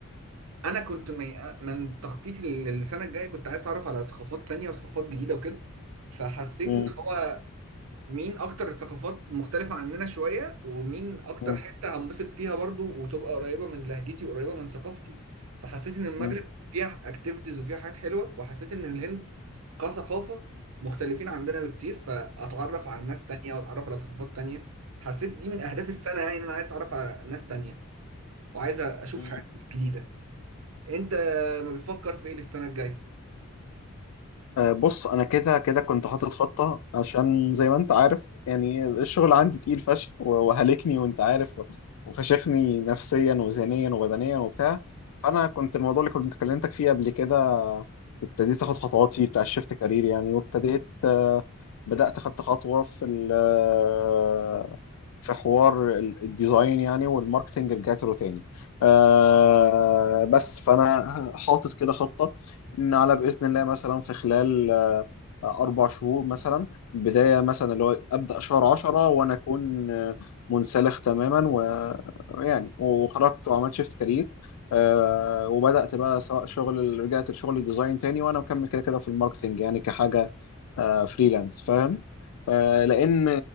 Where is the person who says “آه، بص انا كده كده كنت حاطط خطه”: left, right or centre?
Left